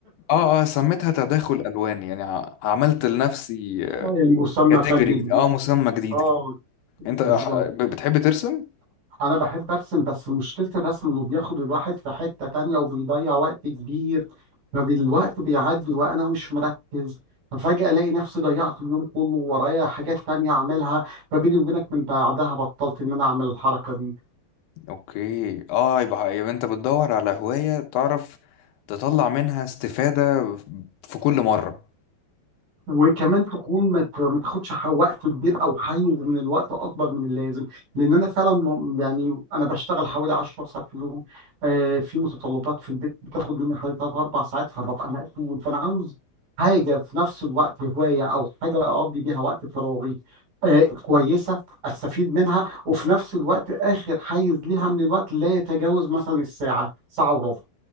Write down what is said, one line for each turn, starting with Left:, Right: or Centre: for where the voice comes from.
Left: اه اه سميتها تداخل الوان يعني ع- عملت لنفسي
Right: <laughs> المسمى
Left: كاتيجوري
Right: فني
Left: جديد
Right: جديد
Left: اه مسمى جديد
Right: اه
Left: كده
Right: بالظبط
Left: انت ح- ب- بتحب ترسم
Right: أنا بحب أرسم بس مشكلة الرسم إنه بياخد الواحد في حتة تانية وبيضيع وقت كبير فبالوقت بيعدي وأنا مش مركز ففجأة ألاقي نفسي ضيعت اليوم كله ورايا حاجات تانية أعملها فبيني وبينك من بعدها بطلت إن أنا أعمل الحركة دي
Left: اوكي اه يبقى يبقى انت بتدور على هواية تعرف تطلع منها استفادة في كل مرة
Right: وكمان تكون ما ت- ما تاخدش ح- وقت كبير او حيز من الوقت اكبر من اللازم لان انا فعلا م- يعني انا بشتغل حوالي 10 ساعات في اليوم آه في متطلبات في البيت بتاخد مني حوالي 3 4 ساعات فببقى مقفول فانا عاوز حاجه في نفس الوقت هوايه او حاجه اقضي بيها وقت فراغي آه كويسه استفيد منها وفي نفس الوقت اخر حيز ليها من الوقت لا يتجاوز مثلا الساعه ساعه وربع